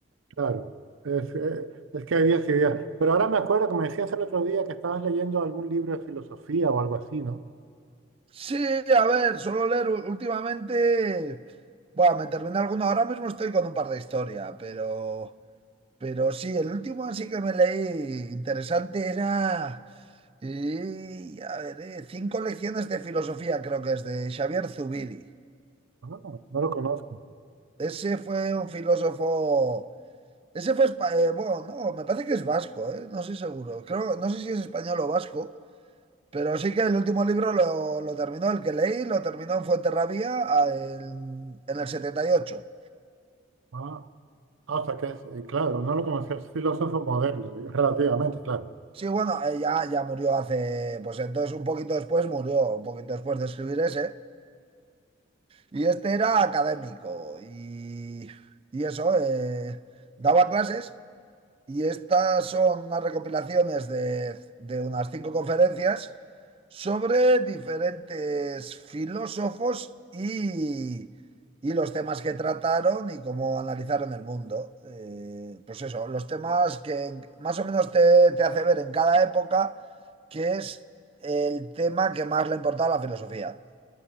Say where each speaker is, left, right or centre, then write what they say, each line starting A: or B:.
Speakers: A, on the right; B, on the right.
A: Claro, es, eh, es que hay días y días. Pero ahora me acuerdo que me decías el otro día que estabas leyendo algún libro de filosofía o algo así, ¿no?
B: Sí, a ver, suelo leer u- últimamente. Bueno, me terminé alguno. Ahora mismo estoy con un par de historias, pero. Pero sí, el último así que me leí interesante era, y, a ver, eh, Cinco lecciones de filosofía, creo que es de Xavier Zubiri.
A: Ah, no lo conozco.
B: Ese fue un filósofo, ese fue, espa- eh, bueno, no, me parece que es vasco, eh, no estoy seguro. Creo, no sé si es español o vasco, pero sí que el último libro lo, lo terminó, el que leí, lo terminó en Fuenterrabía a- en, en el setenta y ocho
A: Ah, ah, o sea que es, eh, claro, no lo conocía, es filósofo moderno, digo, relativamente, claro.
B: Sí, bueno, eh, ya, ya murió hace, pues entonces un poquito después murió, un poquito después de escribir ese. Y este era académico y, y eso, eh, daba clases y estas son unas recopilaciones de, de unas cinco conferencias sobre diferentes filósofos y, y los temas que trataron y cómo analizaron el mundo. Eh, pues eso, los temas que en- más o menos te, te hace ver en cada época que es el tema que más le importaba a la filosofía.